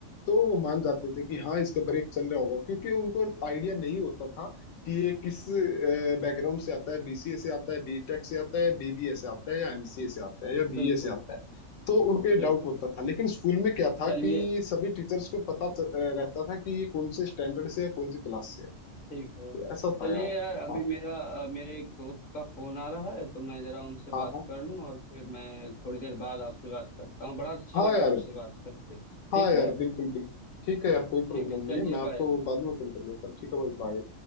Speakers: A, on the left (about 70°); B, on the left (about 45°).
A: तो वो मान जाते थे कि हाँ इसका ब्रेक चल रहा होगा क्योंकि उनको आइडिया नहीं होता था कि ये किस बैकग्राउंड से आता है बीसीए से आता है बीटेक से आता है बीबीए से आता है या एमसीए से आता है या बीए
B: बिल्कुल
A: से आता है तो उनको ये
B: बिल्कुल
A: डाउट होता था लेकिन स्कूल में क्या था
B: चलिए
A: कि सभी टीचर्स को पता च- रहता था कि ये कौन से स्टैंडर्ड से है कौन सी क्लास से है
B: ठीक है
A: तो ऐसा था
B: चलिए
A: यार
B: यार अभी
A: हाँ
B: मेरा अ, मेरे एक दोस्त का फोन आ रहा है तो मैं जरा उनसे बात
A: हाँ हाँ
B: कर लूं और फिर मैं थोड़ी देर बाद आपसे बात करता हूँ बड़ा अच्छा
A: हाँ
B: लगा
A: यार
B: आपसे बात करके ठीक
A: हाँ यार
B: है
A: बिल्कुल बिल्कुल ठीक है यार कोई
B: ठीक
A: प्रॉब्लम
B: है
A: नहीं
B: चलिए
A: है मैं आपको
B: बाय
A: बाद में कॉल कर लेता हूँ ठीक है भाई बाय